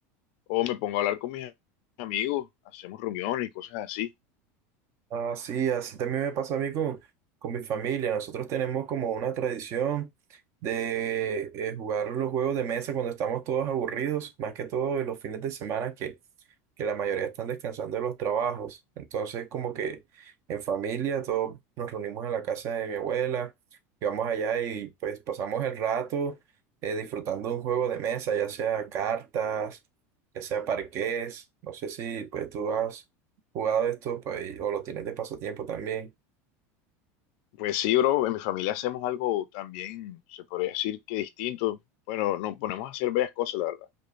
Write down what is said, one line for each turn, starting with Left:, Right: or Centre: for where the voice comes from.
Left: o me pongo a hablar con mis amigos, hacemos reuniones y cosas así.
Right: Ah, sí, así también me pasa a mí con, con mi familia. Nosotros tenemos como una tradición de eh, jugar los juegos de mesa cuando estamos todos aburridos, más que todo en los fines de semana que que la mayoría están descansando de los trabajos. Entonces, como que en familia todos nos reunimos en la casa de mi abuela, y vamos allá y pues pasamos el rato eh, disfrutando de un juego de mesa, ya sea cartas, ya sea parqués. No sé si pues tú has jugado esto pues, o lo tienes de pasatiempo también.
Left: Pues sí, bro, en mi familia hacemos algo también, se podría decir que distinto. Bueno, nos ponemos a hacer varias cosas, la verdad.